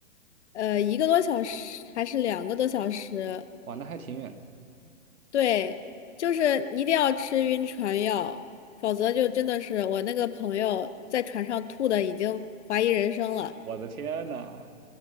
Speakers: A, on the left; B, on the right.
A: 呃一个多小时还是两个多小时。
B: 哇，那还挺远的。
A: 对，就是一定要吃晕船药，否则就真的是我那个朋友在船上吐的已经怀疑人生了。
B: 我的天呐！